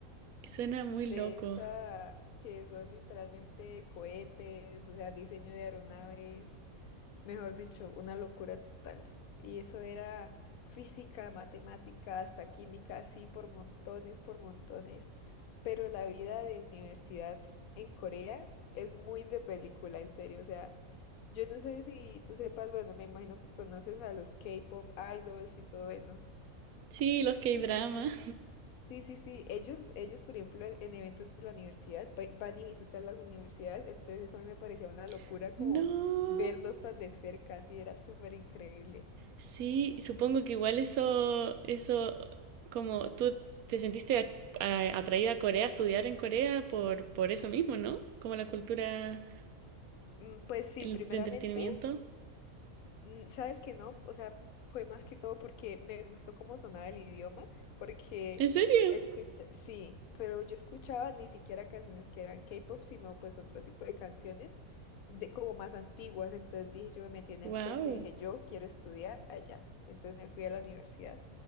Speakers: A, on the right; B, on the left.
A: Suena muy
B: de
A: loco.
B: esa que son literalmente cohetes, o sea, diseño de aeronaves. mejor dicho, una locura total. Y eso era física, matemática, hasta química, así por montones, por montones. Pero la vida de universidad en Corea es muy de película, en serio. O sea, yo no sé si tú sepas, bueno, me imagino que conoces a los K-pop idols y todo eso.
A: Sí, los K-dramas.
B: Sí, sí, sí. Ellos, ellos, por ejemplo, en, en eventos de la universidad va- van y visitan las universidades. Entonces eso a mí me parecía una locura
A: <laughs> No.
B: como verlos tan de cerca, así era súper increíble.
A: Sí, supongo que igual eso, eso, como tú te sentiste a- a- atraída a Corea, a estudiar en Corea por, por eso mismo, ¿no? Como la cultura
B: Mm, Pues sí,
A: el-
B: primeramente,
A: de entretenimiento.
B: mm, sabes que no, o sea, fue más que todo porque me gustó cómo sonaba el idioma, porque
A: ¿En serio?
B: escucha, sí, pero yo escuchaba ni siquiera canciones que eran K-pop, sino pues otro tipo de canciones de como más antiguas, entonces dije, yo me metí en
A: Wow.
B: el cuento y dije, yo quiero estudiar allá, entonces me fui a la universidad